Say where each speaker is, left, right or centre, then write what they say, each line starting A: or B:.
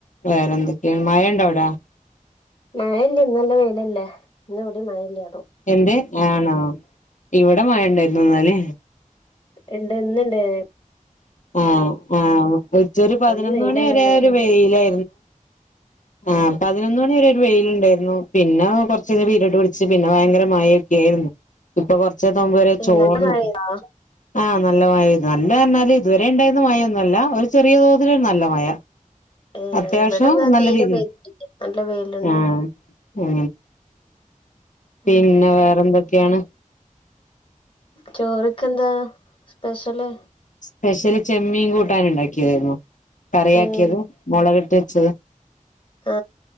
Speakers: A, on the left; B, on the left.
A: വേറെന്തൊക്കെയാണ് മഴ ഇണ്ട അവിടെ
B: മഴല്ല്യ ഇന്നല്ല വെയിലല്ലേ ഇന്ന ഒവ്ടിം മഴ ഇല്ല
A: എന്ത് ആണോ ഇവിടെ മഴണ്ടായിരുന്നു ന്നാല്
B: ഇണ്ട് ഇന്നിണ്ടേനു
A: ആ ആ വിളച്ചോര് പതിനൊന്ന്
B: ഇന്ന് വെയിലാണല്ലോ
A: മണി വരെ
B: ഇവടെ
A: ഒരു വെയിലാ ആ പതിനൊന്ന് മണിവരെ ഒരു വെയിലണ്ടായിരുന്നു പിന്നെ കുറച്ച വീരോട്ട് പിടിച്ച് പിന്നെ ഭയങ്കര മഴയൊക്ക ആയിരുന്നു ഇപ്പൊ കു ഉച്ച തോമ്പ് വരെ
B: ഏഹ്
A: ചോർന്നു
B: നല്ല മഴെയ്തോ
A: ആ നല്ല മഴ പെയ്തു നല്ല പറഞ്ഞാല് ഇതുവരെ ഉണ്ടായിരുന്ന മഴയൊന്നുമല്ല ഒരു ചെറിയ തോതിൽ നല്ല മഴ
B: ഏഹ്
A: അത്യാവശ്യം
B: ഇവിടെന്നാ
A: നല്ല
B: തീരെ
A: വെയിൽണ്ട്
B: പെയ്തിട്ടില്ല നല്ല വെയിലുണ്ട്
A: ആ ഏ പിന്നെ
B: ഉം
A: വേറൊന്തോക്കെ ക്കെയാണ്
B: ചോറ്ക്കന്താ പെഷ്യല്
A: പെഷ്യല് ചെമ്മീൻ കൂട്ടാന് ഇണ്ടാക്കിയതായിരുന്നു കറിയാക്കിയതും
B: ഉം
A: മുളകിട്ട് <unintelligible>
B: ആ